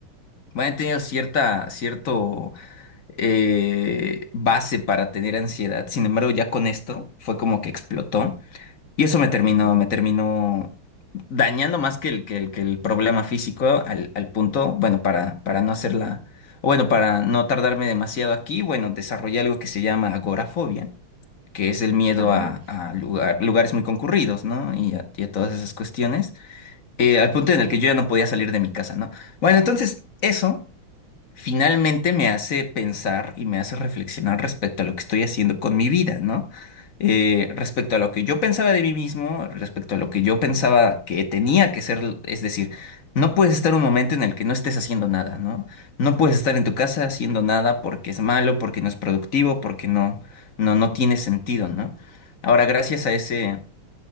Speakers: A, on the left; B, on the right.
A: bueno, he tenido cierta, cierto eh, base para tener ansiedad. Sin embargo, ya con esto fue como que explotó. Y eso me terminó,
B: ujú,
A: me terminó dañando más que el, que el, que el problema físico al, al punto, bueno, para, para no hacerla, bueno, para no tardarme demasiado aquí, bueno, desarrollé algo que se llama agorafobia que es el miedo
B: Ajá,
A: a, a lugar- lugares muy concurridos, ¿no? Y a, y a todas esas cuestiones, eh, al punto
B: sí.
A: en el que yo ya no podía salir de mi casa, ¿no? Bueno, entonces, eso finalmente me hace pensar y me hace reflexionar respecto a lo que estoy haciendo con mi vida, ¿no? Eh, respecto a lo que yo pensaba de mí mismo, respecto a lo que yo pensaba que tenía que ser, es decir, no puedes estar un momento en el que no estés haciendo nada, ¿no? No puedes estar en tu casa haciendo nada porque es malo, porque no es productivo, porque no, no, no tiene sentido, ¿no? Ahora, gracias a ese,